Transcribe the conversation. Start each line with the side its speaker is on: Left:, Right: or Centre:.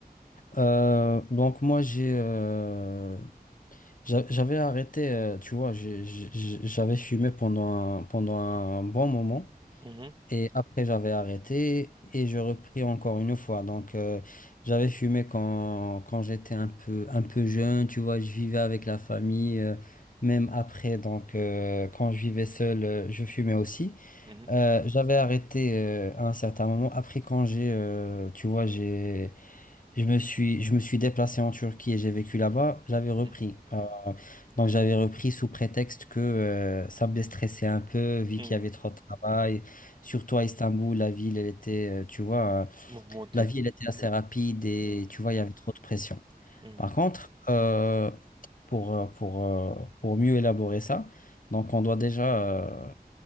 Left: Euh, donc moi j'ai euh, j'a- j'avais arrêté, euh, tu vois, j'ai- j'ai- j'avais fumé pendant un, pendant un bon moment
Right: Mhm,
Left: et après j'avais arrêté et je repris encore une fois. Donc euh, j'avais fumé quand, quand j'étais un peu, un peu jeune, tu vois, je vivais avec la famille, euh, même après, donc euh, quand je vivais seul, euh, je fumais aussi.
Right: mhm,
Left: Euh, j'avais arrêté euh, à un certain moment. Après quand j'ai, euh, tu vois, j'ai... Je me suis, je me suis déplacé en Turquie et j'ai vécu là-bas. J'avais repris.
Right: mhm,
Left: Euh, donc j'avais repris sous prétexte que euh, ça me déstressait un peu, vu
Right: mhm.
Left: qu'il y avait trop de travail. Surtout à Istanbul, la ville, elle était, euh, tu vois, euh,
Right: Mouvementé.
Left: la ville elle était assez rapide et
Right: Mhm,
Left: tu vois, il y avait trop de pression.
Right: mhm,
Left: Par contre, euh, pour, euh, pour, euh, pour mieux élaborer ça, donc on doit déjà euh,